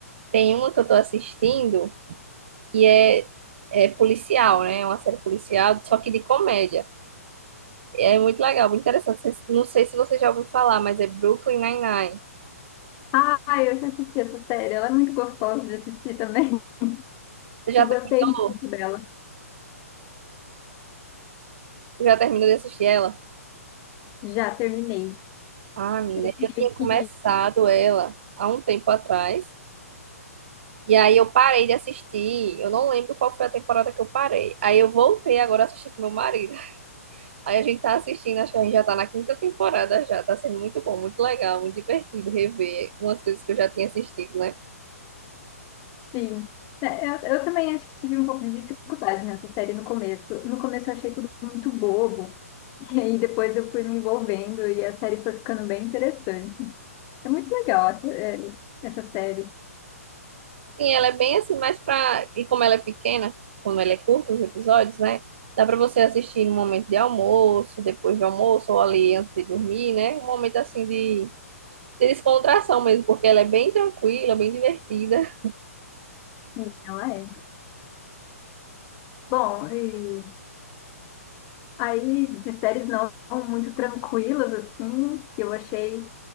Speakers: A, on the right (about 50°); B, on the left (about 30°).
A: Tem uma que eu tô assistindo que é, é policial, né? É uma série policial, só que de comédia. É muito legal, muito interessante. Vocês- Não sei se você já ouviu falar, mas é Brooklyn Nine-Nine.
B: Ah, eu já assisti essa série, ela é muito gostosa de assistir também. <laughs>
A: Você já
B: Eu
A: terminou?
B: gostei muito dela.
A: Você já terminou de assistir ela?
B: Já terminei.
A: Ah, menina,
B: Eu queria
A: eu tinha
B: que
A: começado ela há um tempo atrás. E aí eu parei de assistir. Eu não lembro qual foi a temporada que eu parei. Aí eu voltei agora a assistir com meu marido. Aí a gente tá assistindo, acho que a gente já tá na quinta temporada já. Tá sendo muito bom, muito legal, muito divertido rever umas coisas que eu já tinha assistido, né?
B: Sim. É, Eu, eu também acho que tive um pouco de dificuldade nessa série no começo. No começo eu achei tudo muito bobo. <laughs> E aí depois eu fui me envolvendo e a série foi ficando bem interessante. É muito legal essa, é, essa série.
A: Sim, ela é bem assim, mas pra. E como ela é pequena, como ela é curta, os episódios, né? Dá pra você assistir no momento de almoço, depois do almoço, ou ali antes de dormir, né? Um momento assim de, de descontração mesmo, porque ela é bem tranquila, bem divertida.
B: Sim, ela é. Bom, e aí de séries não muito tranquilas, assim, que eu achei.